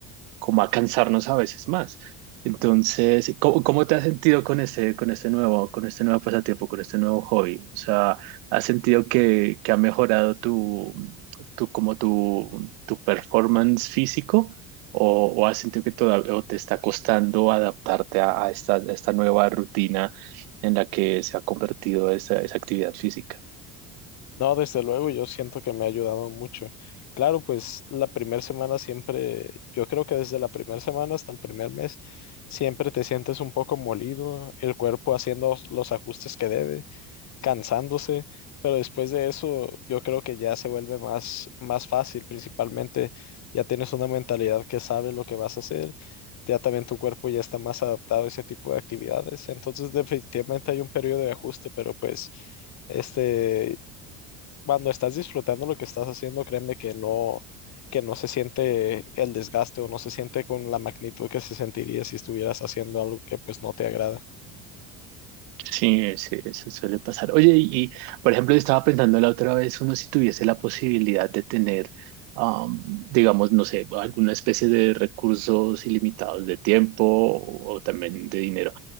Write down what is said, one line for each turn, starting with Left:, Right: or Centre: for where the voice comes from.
Right: como a cansarnos a veces más. Entonces, ¿cómo, cómo te has sentido con este, con este nuevo, con este nuevo pasatiempo, con este nuevo hobby? O sea, ¿has sentido que, que ha mejorado tu, tu, como tu, tu performance físico? ¿O, o has sentido que todavía o te está costando adaptarte a, a esta, a esta nueva rutina en la que se ha convertido esa, esa actividad física?
Left: No, desde luego, yo siento que me ha ayudado mucho. Claro, pues la primera semana siempre, yo creo que desde la primera semana hasta el primer mes, siempre te sientes un poco molido, el cuerpo haciendo os- los ajustes que debe, cansándose, pero después de eso, yo creo que ya se vuelve más, más fácil, principalmente ya tienes una mentalidad que sabe lo que vas a hacer, ya también tu cuerpo ya está más adaptado a ese tipo de actividades, entonces definitivamente hay un periodo de ajuste, pero pues... Este, cuando estás disfrutando lo que estás haciendo, créeme que no, que no se siente el desgaste o no se siente con la magnitud que se sentiría si estuvieras haciendo algo que pues no te agrada.
Right: Sí, sí, eso suele pasar. Oye, y, y, por ejemplo, yo estaba pensando la otra vez, uno si tuviese la posibilidad de tener, am, digamos, no sé, alguna especie de recursos ilimitados de tiempo o, o también de dinero,